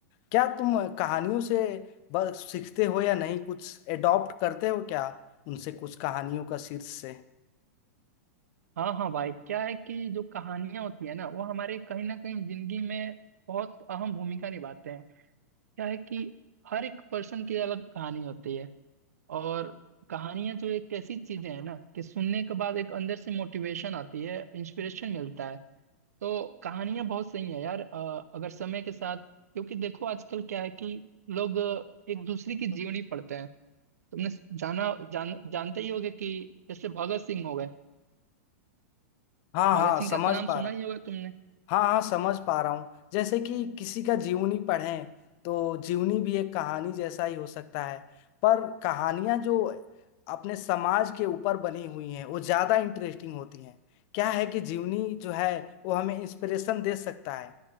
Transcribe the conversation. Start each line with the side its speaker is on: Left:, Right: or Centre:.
Left: क्या तुम कहानियों से बस सीखते हो या नहीं कुछ एडॉप्ट करते हो क्या उनसे कुछ कहानियों का शीर्ष से
Right: हाँ हाँ भाई क्या है कि जो कहानियां होती है ना वो हमारे कहीं ना कहीं जिंदगी में बहुत अहम भूमिका निभाते हैं क्या है कि हर एक पर्सन की अलग कहानी होती है और कहानियां जो एक ऐसी चीजें हैं ना कि सुनने के बाद एक अंदर से मोटिवेशन आती है इंस्पिरेशन मिलता है तो कहानियां बहुत सही है यार अ, अगर समय के साथ क्योंकि देखो आजकल क्या है कि लोग अ, एक दूसरे की जीवनी पढ़ते हैं तुमने जाना जान जानते ही होगे कि जैसे भगत सिंह हो गए
Left: हाँ
Right: भगत
Left: हाँ
Right: सिंह
Left: समझ
Right: का तो नाम
Left: पा
Right: सुना
Left: रहा
Right: ही
Left: हूँ
Right: होगा तुमने
Left: हाँ हाँ समझ पा रहा हूँ जैसे कि किसी का जीवनी पढ़ें तो जीवनी भी एक कहानी जैसा ही हो सकता है पर कहानियाँ जो अपने समाज के ऊपर बनी हुई हैं वो ज़्यादा इंटरेस्टिंग होती हैं क्या है कि जीवनी जो है वो हमें इंस्पिरेशन दे सकता है